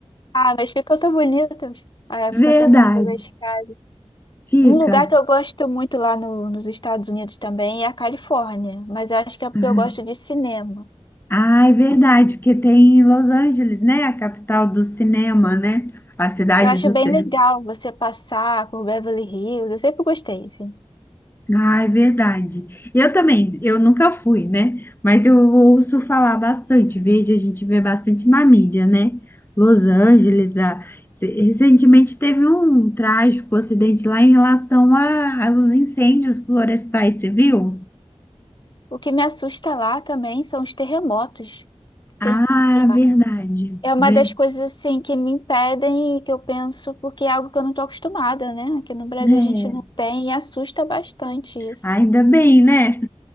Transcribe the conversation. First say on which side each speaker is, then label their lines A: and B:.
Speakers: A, on the left (about 45°); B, on the left (about 20°).
A: Ah, mas ficam tão bonitas. Ah,
B: <laughs>
A: ficam
B: Verdade.
A: tão bonitas as casas.
B: Fica.
A: Um lugar que eu gosto muito lá no- nos Estados Unidos também é a Califórnia, mas eu acho que é porque
B: Uhum.
A: eu gosto de cinema.
B: Ah, é verdade, porque tem Los Angeles, né? A capital do cinema, né? A cidade
A: Eu acho
B: do
A: bem
B: cinema.
A: legal você passar por Beverly Hills, eu sempre gostei, assim.
B: Ah, é verdade. Eu também, eu nunca fui, né? Mas eu ouço falar bastante, vejo, a gente vê bastante na mídia, né? Los Angeles, a- se- recentemente teve um trágico acidente lá em relação a- aos incêndios florestais, você viu?
A: O que me assusta lá também são os terremotos que tem
B: Ah,
A: lá.
B: verdade.
A: É uma
B: Ver-
A: das coisas assim que me impedem e que eu penso, porque é algo que eu não estou acostumada, né? Aqui no Brasil
B: É,
A: a gente não tem e assusta bastante isso.
B: ainda bem, né?